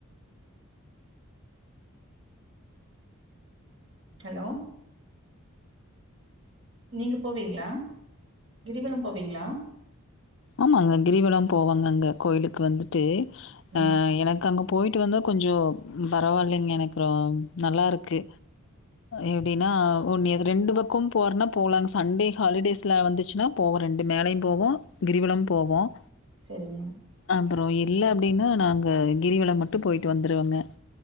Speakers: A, on the right; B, on the left.
A: ஹலோ நீங்க போவிங்களா கிரிவலம் போவீங்களா
B: ஆமாங்கே கிரிவலம் போவாங்க அங்க கோயிலுக்கு வந்துட்டு
A: ம்.
B: அ எனக்கு அங்க போயி்ட்டு வந்தா கொஞ்சம் பரவாயில்லங்க எனக்கு ர நல்லாருக்கு எப்டின்னா ஒன்று ரெண்டு பக்கும் போகிறனா போகலாங்க சண்டே ஹாலிடேஸில் வந்துச்சுனா போவோம் ரெண்டு மேலையும் போவோம் கிரிவுலம் போவோம்
A: செரிங்க
B: அப்பறம் இல்ல அப்டின்னா நாங்கள் கிரிவலம் மட்டும் போயி்டட்டு வந்துடுவோங்க